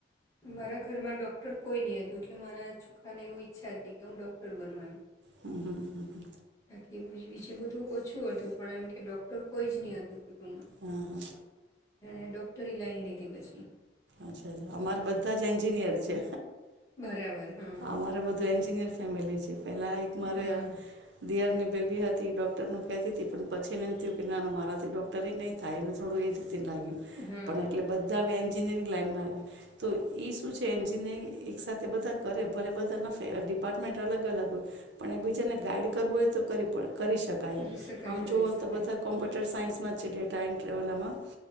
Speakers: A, on the left (about 15°); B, on the right (about 70°).
A: મારા ઘર માં ડોક્ટર કોઈ નહ હતું એટલે મારા છોખરાને એવું ઈચ્છા હતી કે હું ડોક્ટર બનવ એમ.
B: હમ હમ હ.
A: બાકી બીજું બધું ઓછું હતું પણ એમ કે ડોક્ટર કોઈ જ નહી હતું કુટુંબ.
B: હ હા.
A: એ ડોક્ટરી લાઈન લીધી પછી.
B: અચ્છાા અમારે બધા જ એન્જિનિયર. છે.
A: બરાબર હા
B: અમારે બધું એન્જિનિયર. સામે લઈ છે. પેલા એક મારે
A: હમ
B: દિયારની. બેબી હતી ડોક્ટર નું કહેતી હતી પણ પછી એને એમ થયું કે ના મારાથી ડોક્ટર નહીં થાય એને થોડું એ જ. લાગ્યું
A: હા
B: પણ એટલે બધા વ. એન્જિનિયરિંગ લાાઈનમાં આવે તો એ શું છે એન્જિનિયરિંગ એક સાથેથે બધા કરે ભલે બધાનાે ડિપાર્ટમેન્ટ અલગ અલગ હોય પણ એકબીજાને ગાઈડ કરવું હોય તો કરવી પડે. કરી શકાય
A: કરી
B: એમ
A: શકાય
B: આમ
A: કરી
B: જોુઓ
A: શકાય
B: તો બધા કોમ્પ્યુટર
A: હમ
B: સાયન્સમાં છે ડેટ. ટાઈમ ટવલમાં.